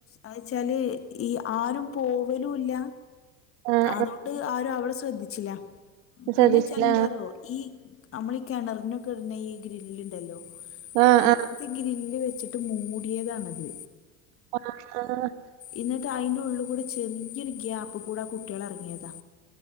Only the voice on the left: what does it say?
അയ്വെച്ചാല് ഈ ആരും പോവലുല്ല
അതൊ ണ്ട് ആരും അവിടെ ശ്രദ്ധിച്ചില്ല
പിന്നെ
ചെലന്താറോ ഈ നമ്മൾ ഈ കിണറിനൊക്കെ ഇടുന്ന ഈ ഗ്രില്ലണ്ടല്ലോ
അ
ഇത് ഗ്രില്ല് വെച്ചിട്ട് മൂടിയതാണത്
എന്നിട്ട് അയിന്റെ ഉള്ളിൽ കൂടെ ചെറിയൊരു ഗ്യാപ്പ് കൂടെ ആ കുട്ട്യാൾ ഇറങ്ങിയതാ